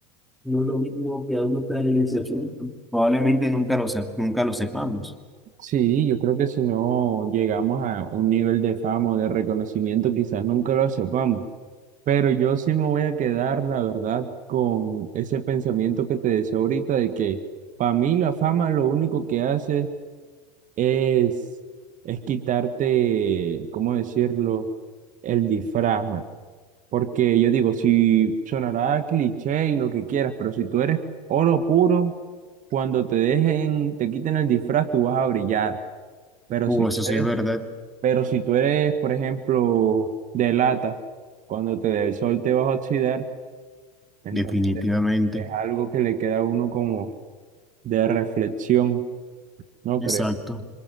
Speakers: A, in the centre; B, on the right.
A: No es lo mismo que a uno estar en ese asunto. Probablemente nunca lo, sep- nunca lo sepamos.
B: Sí, yo creo que si no llegamos a un nivel de fama o de reconocimiento, quizás nunca lo sepamos. Pero yo sí me voy a quedar, la verdad, con ese pensamiento que te decía ahorita de que para mí la fama lo único que hace es, es quitarte, ¿cómo decirlo?, el disfraz, man. Porque yo digo, si sonará cliché y lo que quieras, pero si tú eres oro puro, cuando te dejen, te quiten el disfraz, tú vas a brillar. Pero
A: Uh,
B: si tú
A: eso sí
B: eres,
A: es verdad,
B: pero si tú eres, por ejemplo, de lata, cuando te dé el sol te vas a oxidar, entonces
A: definitivamente.
B: es algo que le queda a uno como de reflexión, ¿no
A: Exacto,
B: crees?